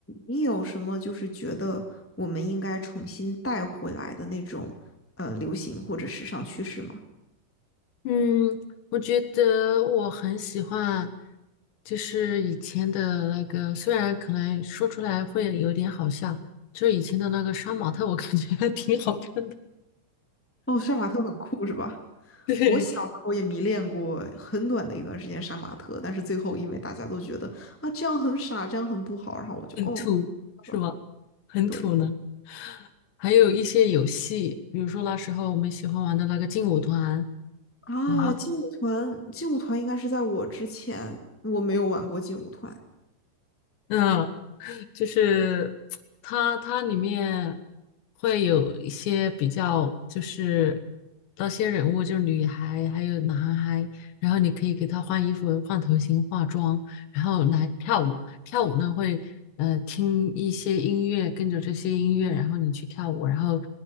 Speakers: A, in the centre; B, on the left (about 80°).
A: 你有什么就是觉得我们应该重新带回来的那种呃流行或者时尚趋势吗？
B: 嗯，我觉得我很喜欢，就是以前的那个，虽然可能说出来会有点好笑，就是以前的那个杀马特，我感觉还挺好看的。
A: 哦，杀马特很酷是吧？
B: <laughs> 对，
A: 我小时候也迷恋过很短的一段时间杀马特，但是最后因为大家都觉得啊这样很傻，这样很不好，然后我就哦，
B: 土是吧？
A: 好吧，
B: 很土呢。
A: 对
B: 还有一些游戏，比如说那时候我们喜欢玩的那个劲舞团，
A: 啊，
B: 然啊后。
A: 劲舞团，劲舞团应该是在我之前，我没有玩过劲舞团，
B: 嗯，就是它它里面会有一些比较，就是那些人物就是女孩还有男孩，然后你可以给他换衣服、换头型、化妆，然后来跳舞。跳舞呢会呃听一些音乐，跟着这些音乐，然后你去跳舞，然后